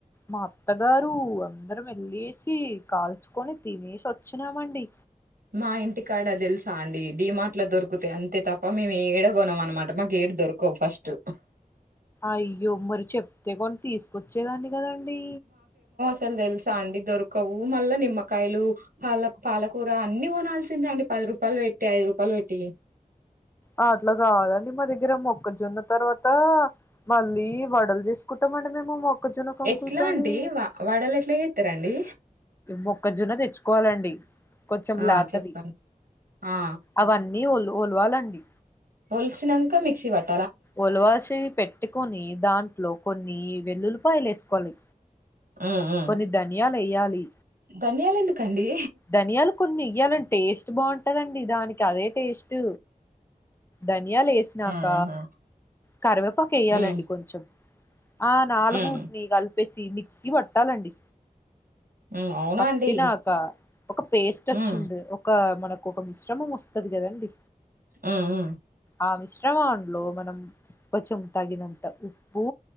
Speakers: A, on the left; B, on the right.
A: మా అత్తగారు అందరం ఎళ్ళేసి కాల్చుకొని తినేసి వచ్చినామండి
B: మా ఇంటికాడ దెలుసా అండి డిమార్ట్ లో దొరుకుతాయ్ అంతే తప్ప మేము ఏడ గొనం అన్నమాట మాకే ఎడ్ దొరకవు ఫస్ట్
A: అయ్యో మరి చెప్తే కొని తీస్కొచ్చేదాన్ని కదండీ
B: అసల్ తెలుసా అండి దొరకవు మళ్ళ నిమ్మకాయలు పాల పాలకూర అన్ని గొనాల్సిందే అండి రూపాల్ బెట్టి ఐద్ రూపాల్ బెట్టి
A: అ అట్లా కాదండి మా దగ్గర మొక్కజొన్న తర్వాత మళ్ళీ వడలు జేస్కుంటం మనమేమో మొ క్కజొన్న కంకుల్
B: ఎట్లా
A: తోని
B: అండి వా వడలు ఎట్లా చేస్తారండి
A: మొక్కజొన్న తెచ్చుక్ కోవాలండి కొంచెం
B: ఆ
A: లేతవి
B: చెప్పండి ఆ
A: అవన్నీ వల్ వల్వాలండి
B: ఓల్సినంక మిక్స వాట్
A: ఉలువాసె పెట్టుకొని దాంట్లో కొన్ని వెల్లులిపాయలు వేసుకోవాలి
B: ఉమ్ ఉమ్
A: కొన్ని ధన్యాలెయ్యాలి
B: ధనియాలు ఎందుకండి
A: ధనియాలు కొన్ని ఏయ్యాలం టేస్ట్ బాగుంటదండి దానికి అదే టేస్ట్ ధన్యాలు ఏసినాక
B: ఆహా
A: కరివేపాక ఏయాలండి
B: ఉమ్
A: కొంచెం ఆ నాలుగు
B: ఉమ్
A: ఉత్తి కల్ ప్పేసి మిక్సీ పట్టాలండి
B: ఉమ్ అవునా
A: పట్టినాక
B: అండి
A: ఒక పేస్ట్ వచ్చింది
B: ఉమ్
A: ఒక మనకు ఒక మిశ్రమం వస్ స్తది కదండి
B: ఆ ఆ
A: ఆ మిశ్రమంలో మనం కొంచెం తగినంత ఉప్పు